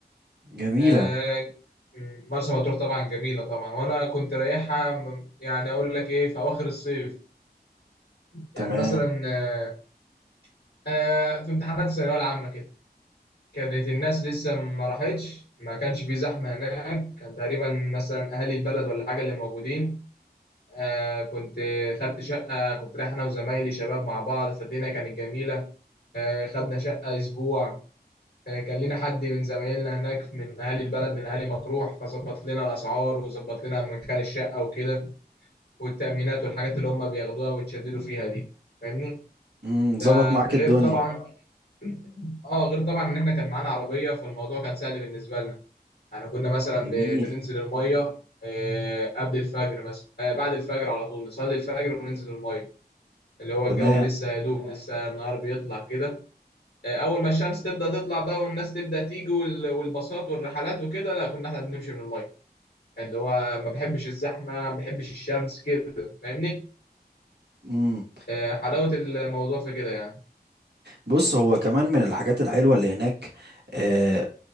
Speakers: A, on the right; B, on the left.
A: جميلة
B: آه، مرسى مطروح طبعا جميله طبعا وانا كنت رايحها م- يعني اقول لك ايه في اواخر الصيف
A: تمام
B: يعني مثلا آه، آه، في امتحانات الثانويه العامه كده كانت الناس لسه ما راحتش ما كانش في زحمه هناك كان تقريبا مثلا اهالي البلد ولا حاجه اللي موجودين آه كنت خدت شقة كنت رايح أنا وزمايلي شباب مع بعض فالدنيا كانت جميلة آه خدنا شقة أسبوع آه كان لنا حد من زمايلنا هناك من أهالي البلد من أهالي مطروح فظبط لنا الأسعار وظبط لنا مكان الشقة وكده والتأمينات والحاجات اللي هم بياخدوها ويتشددوا فيها دي فاهمني؟
A: امم ظبط
B: ده
A: معاك
B: غير
A: الدنيا
B: طبعا اه غير طبعا ان احنا كان معانا عربيه فالموضوع كان سهل بالنسبه لنا يعني كنا مثلا
A: جميل
B: ب... بننزل الميه آه، قبل الفجر مثلا آه، بعد الفجر على طول نصلي الفجر وننزل الميه اللي هو الجو
A: تمام
B: لسه يا دوب لسه النهار بيطلع كده آه، اول ما الشمس تبدا تطلع بقى والناس تبدا تيجي وال- والباصات والرحلات وكده لا كنا احنا بنمشي من الميه اللي هو ما بحبش الزحمه ما بحبش الشمس كده فاهمني
A: امم
B: آه، حلاوه الموضوع في كده يعني
A: بص هو كمان من الحاجات الحلوة اللي هناك آه